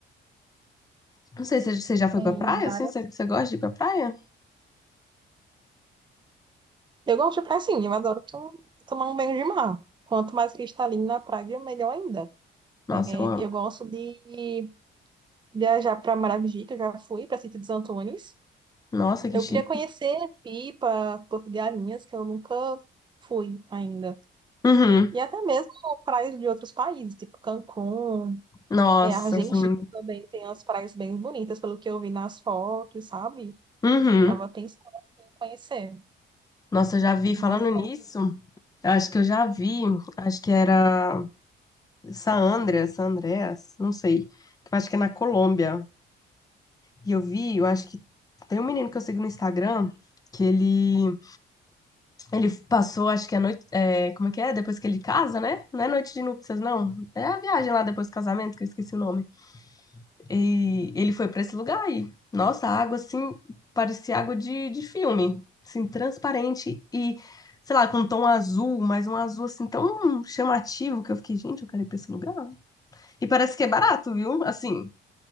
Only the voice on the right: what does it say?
Tem
várias.
Eu gosto de praia, sim, eu adoro to- tomar um banho de mar. Quanto mais cristalino na praia, melhor ainda.
É,
Eu gosto de viajar para Maragogi, que eu já fui, para Sítio dos Antônios.
Eu
queria conhecer Pipa, Porto de Galinhas, que eu nunca fui ainda.
E até mesmo praias de outros países, tipo Cancún,
É, a Argentina
também tem umas praias bem bonitas, pelo que eu vi nas fotos, sabe?
Tava pensando assim, em conhecer.
Você